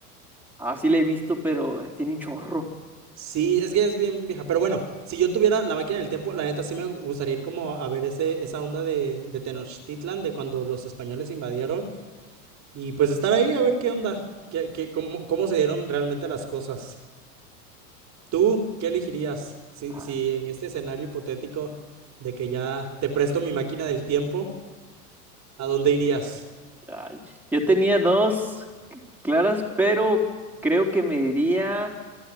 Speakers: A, in the centre; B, on the right.
A: Ah, sí la he visto, pero eh, tiene un chorro.
B: Sí, es que es bien vieja. Pero bueno, si yo tuviera la máquina del tiempo, la neta sí me gustaría ir como a ver ese, esa onda de, de Tenochtitlan, de cuando los españoles invadieron. Y pues estar ahí a ver qué onda, qué, qué- cómo, cómo se dieron realmente las cosas. ¿Tú qué elegirías si,
A: Ah,
B: si en este escenario hipotético de que ya te presto mi máquina del tiempo, ¿a dónde irías?
A: ay. Yo tenía dos claras, pero creo que me iría